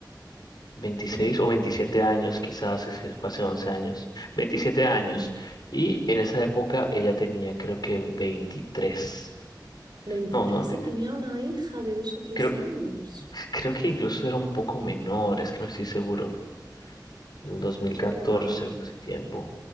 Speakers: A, on the left (about 65°); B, on the right (about 70°).
A: veintiséis
B: Mm,
A: o veintisiete años quizás, ese fue hace 11 años, veintisiete años,
B: mm.
A: y en esa época ella tenía creo que 23,
B: 23
A: no, no, eh,
B: y tenía una hija de dos o tres
A: creo,
B: años.
A: creo que incluso era un poco menor, es que no estoy seguro. En 2014
B: wow.
A: fue hace tiempo.